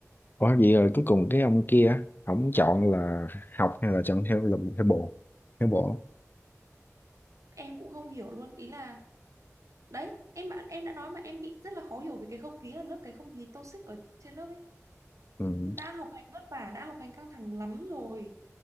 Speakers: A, on the left; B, on the right.
A: ủa vậy rồi cuối cùng cái ông kia á, ổng chọn là học hay là chọn theo lùm theo bộ Theo bộ.
B: em cũng không hiểu luôn ý là đấy em bạn em đã nói mà em bị rất là khó hiểu vì cái không khí ở lớp cái không khí toxic ở trên lớp ấy
A: Ừ,
B: đã học hành vất vả đã học hành căng thẳng lắm rồi